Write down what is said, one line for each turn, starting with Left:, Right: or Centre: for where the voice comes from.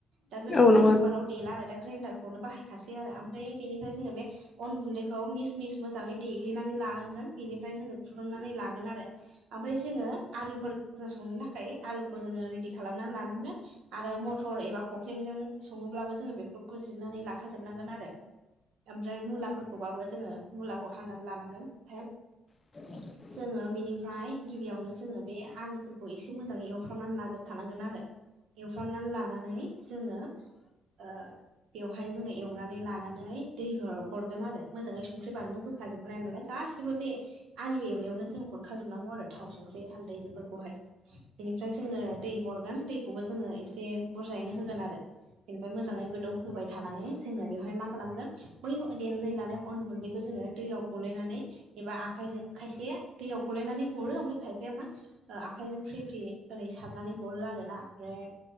Right: दा गोदोनि
Left: औ
Right: बायदि
Left: नंगौ
Right: उवालाव देला आरो दा ग्रेडारखौनो बाहायखासै आरो ओमफ्राय बेनिफ्राय जोङो बे अन गुन्दैखौ मिस मिस मोजाङै देग्लिनानै लानांगोन बिनिफ्राय जोङो खुरुनानै लागोन आरो ओमफाय जोङो आलुफोरजों संनो थाखाय आलुखौ जोङो रिडि खालामना लानांगोन आरो मटर एबा खख्लिंजों सङोब्लाबो जोङो बेफोरखौ जिरनानै लाखाजोबनांगोन आरो ओमफ्राय मुलाफोरखौबाबो जोङो मुलाखौ हानानै लानांगोन फाय
Left: <inaudible>
Right: जोङो बिनिफ्राय गिबियावनो जोङो बे आलुफोरखौ एसे मोजाङै एवफ्रामनानै लाग्रोखानांगोन आरो एवफ्रामनानै लानानै जोङो ओ बेवहाय जोङो एवनानै लानानै दै हर हरगोन आरो मोजाङै संख्रि बानलु होखाजोबनाय नालाय गासिबो बे आलु एवनायावनो जों हरखाजोबनांगौ आरो थाव संख्रि हालदै बेफोरखौहाय बिनिफ्राय जोङो दै हरगोन दैखौबो जोङो एसे बुरजायैनो होगोन आरो बेनिफाय मोजाङै गोदौ होबाय थानानै जोङो बेवहाय मा खालामगोन? बै देनानै लानाय अन गुन्दैखौ जोङो दैयाव गलायनानै एबा आखाइजों खायसे दैयाव गलायनानै हरो ओमफाय खाय ओमफ्राय मा आखाइजों फ्रि फ्रि ओरै सारनानै हरो आरो‌ ना ओमफ्राय